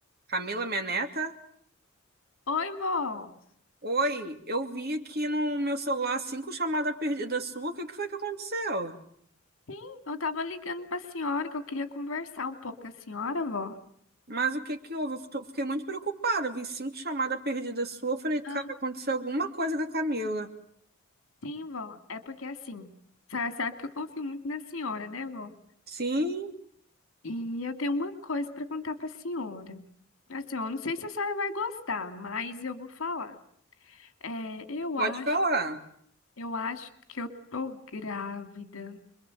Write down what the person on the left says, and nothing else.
Oi, vó.
Sim, eu tava ligando pra senhora que eu queria conversar um pouco com a senhora, vó.
Aham,
sim, vó. É porque assim, a senhora sabe que eu confio muito na senhora, né, vó?
E eu tenho uma coisa pra contar pra senhora. Assim, eu não sei se a senhora vai gostar, mas eu vou falar. É, eu
acho,
eu acho que eu tô grávida.